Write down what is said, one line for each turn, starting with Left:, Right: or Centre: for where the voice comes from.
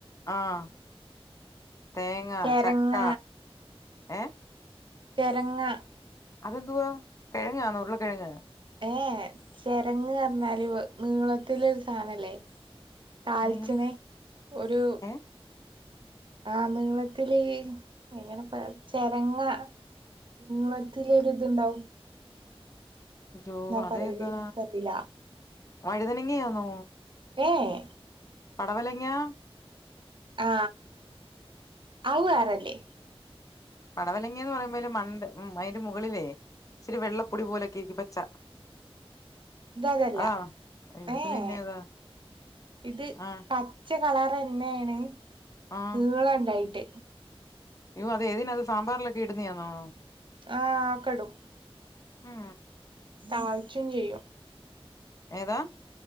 Left: ആഹ് തേങ്ങ,
Right: ചെരങ്ങ
Left: ചക്ക, ഏഹ്
Right: ചെരങ്ങാ
Left: അതെന്തുവാ കിഴങ്ങാണോ ഉർളകിഴങ്ങ്
Right: ഏഹ് ചെരങ്ങ് പർഞ്ഞാല് നീളത്തില് ഒരു സാനല്ലേ താൾച്ച്ണെ
Left: നിങ്ങള്
Right: ഒരു
Left: ഏ
Right: ആഹ് നീളത്തില് എങ്ങനെപ്പ ചെരെങ്ങ നീളത്തില് ഒരു ഇതുണ്ടാവും
Left: തോ അതേതാ
Right: പറയല് ഇൻക്കറീല
Left: വഴുതനെങ്ങെയാന്നോ
Right: ഏഹേ
Left: പടവലെങ്ങ്യാ
Right: ആ ഔ വേറെ അല്ലെ
Left: പടവലെങ്ങ്യാന്ന് പറയുമ്പോ ഒരു മണ്ടേ അതിന്റെ മുകളിലേ ഇച്ചിരി വെള്ളപ്പൊടി പോലെ ഇരിക്കും പച്ച
Right: ഇത് അതെല്ലാ
Left: അതാണോ അയ്യോ
Right: ഏഹ്
Left: ഇത് പിന്നെ ഏതാ
Right: ഇത്
Left: ആഹ്
Right: പ- പച്ച കളർന്നേണ്
Left: ആഹ്
Right: നീളണ്ടായിട്ട്
Left: <unintelligible> അത് ഏതിനാ അത് സാമ്പാറിലൊക്കെ ഇടുന്നിയാന്നോ
Right: ആ ക്കടും
Left: മ്
Right: തളിച്ചും ചെയ്യും
Left: ഏതാ